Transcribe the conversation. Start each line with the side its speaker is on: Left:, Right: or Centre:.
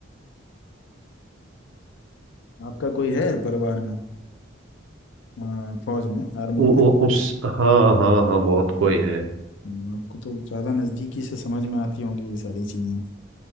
Left: आपका कोई है परिवार में अ, फौज में आर्मी
Right: उ,
Left: में
Right: उ, उस हाँ हाँ हाँ बहुत कोई है
Left: हम्म, आपको तो ज़्यादा नज़दीकी से समझ में आती होंगी ये सारी चीज़ें